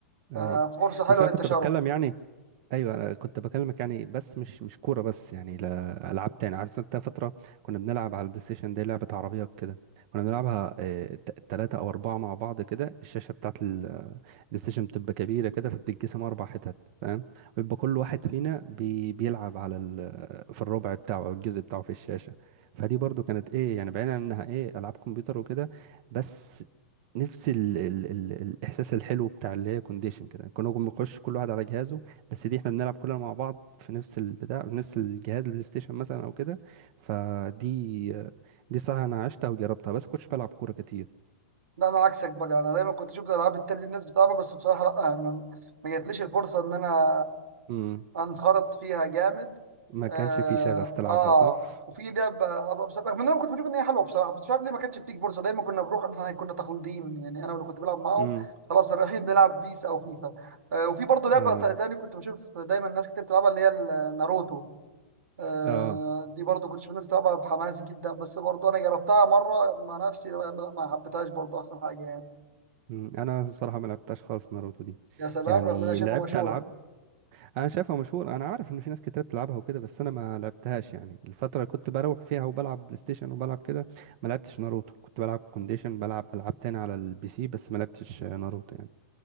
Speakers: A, on the right; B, on the right.
A: أيوه
B: ففرصه حلوه
A: بس أنا
B: للتشارك
A: كنت بتكلم يعني ايوه انا كنت بكلمك يعني بس مش مش كوره بس يعني لا العاب تاني عارف انت فتره كنا بنلعب على البلاي ستيشن دي لعبه عربيه كده كنا بنلعبها ثلاثه او اربعه مع بعض كده الشاشه بتاعت ال- آه، البلاي ستيشن بتبقى كبيره كده فتتقسم اربع حتت فاهم ويبقى كل واحد فينا بي بيلعب على ال... آه، في الربع بتاعه او الجزء بتاعه في الشاشه فدي برضو كانت ايه يعني بعيدا عن انها ايه العاب كمبيوتر وكده بس نفس ال ال ال الاحساس الحلو بتاع اللي هي كونديشن كده كنا بنخش كل واحد على جهازه بس دي احنا بنلعب كلنا مع بعض في نفس البتاع في نفس الجهاز البلاي ستيشن مثلا او كده فدي دي صراحة انا عشتها وجربتها بس كنتش بلعب كورة كتير
B: لا انا عكسك بقى انا دايما كنت اشوف الالعاب التانية دي الناس بتلعبها بس بصراحه لا ما ما جاتليش الفرصه ان انا
A: امم
B: انخرط فيها جامد
A: ما كانش
B: اه,
A: في شغف تلعبها
B: آه.
A: صح
B: وفي ده ب- ابقى بصراحه من انا كنت بشوف ان هي حلوه بصراحه بس مش عارف ليه ما كانتش بتيجي فرصه دايما كنا بنروح احنا كنا تقليديين يعني انا واللي كنت بلعب معاهم
A: امم
B: خلاص رايحين بنلعب بيس او فيفا آه وفي برضه لعبه
A: اه
B: تا- تاني كنت بشوف دايما ناس كتير بتلعبها اللي هي ال- ناروتو آه
A: اه
B: دي برضه كنت شايف ناس بتلعبها بحماس جدا بس برضه انا جربتها مره مع نفسي ما ما حبيتهاش برضه احسن حاجه يعني
A: مم. انا الصراحه ما لعبتهاش خالص ناروتو دي
B: يا سلام
A: يعني
B: رغم ان انا شايفها
A: لعبت
B: مشهوره
A: العاب انا شايفها مشهور انا عارف ان في ناس كتير بتلعبها وكده بس انا ما لعبتهاش يعني الفتره اللي كنت بروح فيها وبلعب بلاي ستيشن وبلعب كده ما لعبتش ناروتو كنت بلعب كونديشن بلعب العاب تاني على البي سي بس ما لعبتش ناروتو يعني